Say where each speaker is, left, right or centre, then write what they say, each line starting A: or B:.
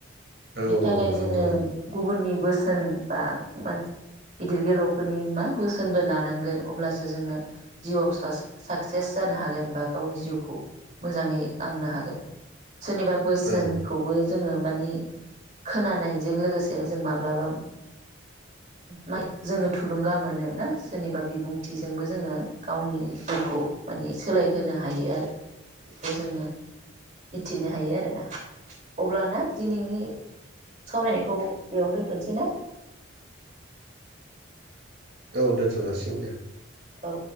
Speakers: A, on the right (about 60°); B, on the right (about 40°).
A: औ
B: बिनि थाखाय
A: औ औ
B: जोङो
A: नंगौ नंगौ
B: गुबुननि-' बोसोन बा मानस गिदिर गोलावफोरनि मा बोस सोनबो लानांगोन अब्लासो जोङो जिउआव सास्क साक्सेस जानो हागोन बा गावनि जिउखौ मोजाङै लांनो हागोन। सोरनिबा बोसोनखौबो
A: औ
B: जोङो माने खोनानायजों लोगोसे जों माब्लाबाम मा जोङो थुलुंगा मोनो ना? सोनिबा बिबुंथिजोंबो जोङो गावनि जिउखौ माने सोलायहोनो हायो आरो बेखौ जोङो मिथिनो हायो आरोना अब्लाना दिनैनि सावरायनायखौ बेयावनो दोन्थ'नोसै ना?
A: औ दोनथ' जाासिनो दे।
B: औ।